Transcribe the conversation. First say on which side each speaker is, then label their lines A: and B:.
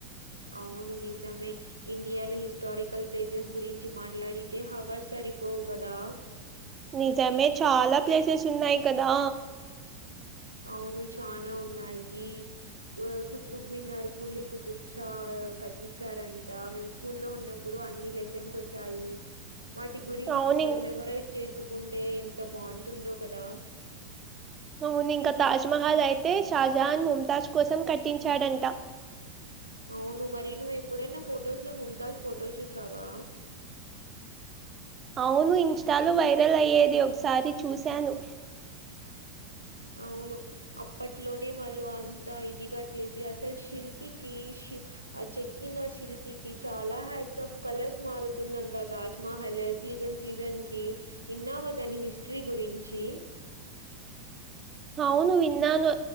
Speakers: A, on the right (about 85°); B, on the right (about 25°).
A: అవును నిజమే ఇండియాలో హిస్టారికల్ ప్లేసెస్ గురించి మాట్లాడితే హవర్ స రిపోవు కదా
B: నిజమే చాలా ప్లేసెస్ ఉన్నాయి కదా
A: అవును చానా ఉన్నాయి కుత్తుబ్ మినార్ కలీ కుతుబ్షా కట్టించారంట మేము స్కూ లో ఉన్నప్పుడు అన్ని లెసన్స్ వచ్చాయి వాటి గురించి
B: అవును
A: ఇప్పుడు
B: ఇం-
A: మెమరైజ్ చేసుకుంటే ఎంత బాగుంటుందో కదా
B: అవును ఇంకా తాజ్మహల్ అయితే షాజహాన్ ముంతాజ్ కోసం కట్టించాడంట
A: అవును మరి నువ్వు ఎప్పుడనా ఫొటోస్ లో ముంతాజ్ ఫొటో చూసావా
B: అవును ఇన్స్టాలో వైరల్ అయ్యేది ఒకసారి చూశాను
A: అవును అప్పట్లోనే వాళ్ళు అంత ఇదిగా చేసి అసలు శిల్పికి ఆ చెక్కిన శిల్పికి చాలా హ్యాడ్స్ ఆఫ్ కలర్స్ మారుతుందంతా తాజ్ మహల్ సీజన్ సీజన్ కి విన్నావ దాని హిస్టరీ గురించి
B: అవును విన్నాను